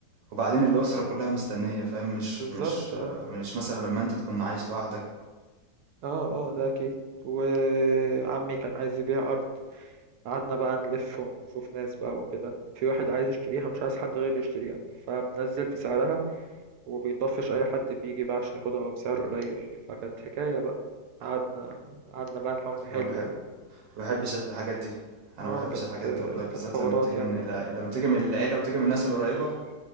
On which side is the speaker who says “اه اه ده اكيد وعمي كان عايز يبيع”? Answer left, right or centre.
Right